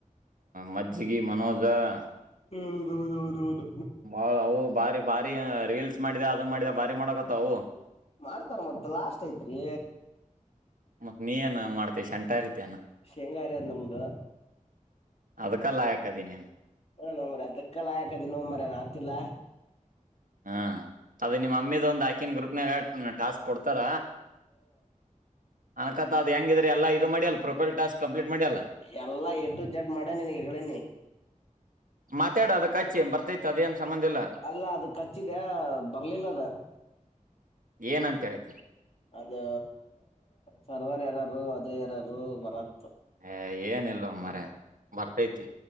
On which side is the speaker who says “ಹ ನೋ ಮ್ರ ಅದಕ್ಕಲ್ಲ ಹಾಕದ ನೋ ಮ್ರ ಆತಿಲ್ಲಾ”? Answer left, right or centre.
Left